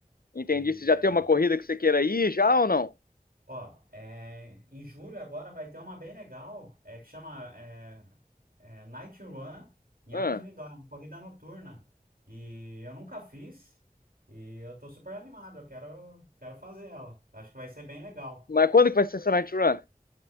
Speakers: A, on the left; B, on the right.
A: Entendi.
B: e
A: Você já tem uma corrida que você queira ir já ou não?
B: Ó, é, em julho agora vai ter uma bem legal, é, que chama é, é, Night Run, em
A: Hã?
B: Águas de Lindóia, uma corrida noturna. E eu nunca fiz, e eu tô super animado, eu quero, quero fazer ela. Acho que vai ser bem legal.
A: mas quando que vai ser essa Night Run?